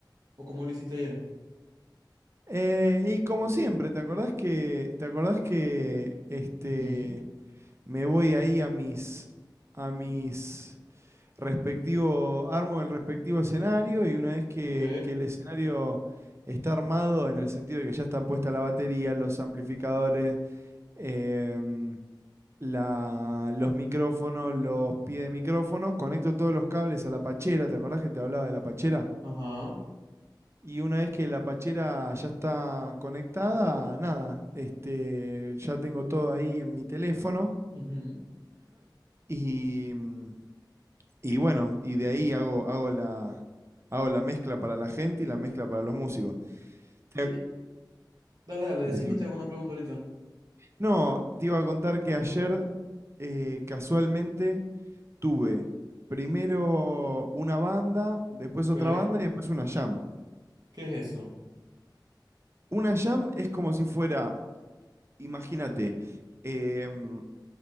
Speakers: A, on the right (about 50°); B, on the right (about 35°).
A: ¿O cómo lo hiciste ayer?
B: Eh, y como siempre, ¿te acordás que, te acordás que este,
A: Ujú,
B: me voy ahí a mis, a mis respectivo, armo el respectivo escenario y una vez que,
A: Ok.
B: que el escenario está armado en el sentido de que ya están puesta la batería, los amplificadores, em, la, los micrófonos, los pies de micrófono, conecto todos los cables a la pachera, ¿te acordás que te hablaba de la pachera?
A: Ajá.
B: Y una vez que la pachera ya está conectada, nada, este, ya tengo todo ahí en mi teléfono
A: ujú.
B: y, mm, y bueno, y de ahí hago, hago la, hago la mezcla para la gente y la mezcla para los músicos. Te-
A: Y, y- dale, dale, decime
B: Decime.
A: y te hago una pregunta ahorita.
B: No, te iba a contar que ayer eh, casualmente tuve primero una banda, después
A: Ok.
B: otra banda y después una jam.
A: ¿Qué es eso?
B: Una jam es como si fuera, imagínate, em,